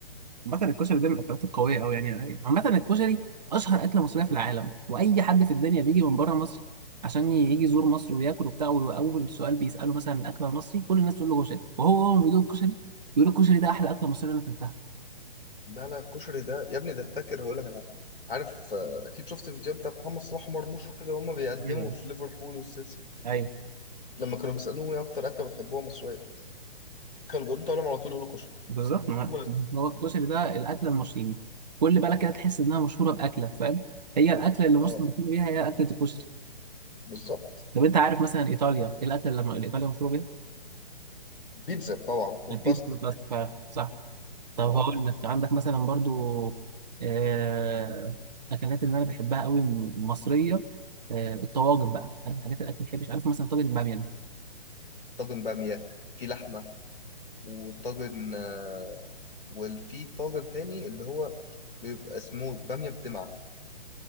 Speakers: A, on the right; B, on the left.
A: عامة الكشري ده من الأكلات القوية أوي يعني عامة الكشري أشهر أكلة مصرية في العالم وأي حد في الدنيا بيجي من بره مصر عشان يجي يزور مصر وياكل وبتاع وأول سؤال بيسأله مثلا الأكل المصري كل الناس تقول له كشري وهو أول ما بيدوق الكشري بيقول الكشري ده أحلى أكلة مصرية أنا أكلتها
B: لا لا الكشري ده يا ابني ده فاكر هقول لك انا عارف آه، اكيد شفت الفيديو بتاع محمد صلاح ومرموش وكده وهما بيقدموا
A: ايوه
B: في ليفربول والسيتي
A: ايوه
B: لما كانوا بيسالوهم ايه اكتر اكله بتحبوها مصريه كانوا بيردوا عليهم على طول يقولوا كشري
A: بالظبط ما
B: هما الاتنين.
A: هو الكشري ده الأكلة المصرية كل بالك كده تحس إنها مشهورة بأكلة فاهم هي الأكلة اللي مصر
B: اه
A: مشهورة بيها هي أكلة الكشري
B: بالظبط
A: طب أنت عارف مثلا إيطاليا إيه الأكلة اللي اللي إيطاليا مشهورة بيها؟
B: بيتزا طبعا والباستا
A: البيتزا بالباستا صح طب
B: آه.
A: هقول لك عندك مثلا برضو آه، اكلات اللي انا بحبها قوي م- مصريه آه، الطواجن بقى عارف حاجات الاكل اللي بحبش عارف مثلا طاجن الباميه ده
B: طاجن باميه في لحمه وطاجن آه، وفي طاجن تاني اللي هو بيبقى اسمه باميه بدمعه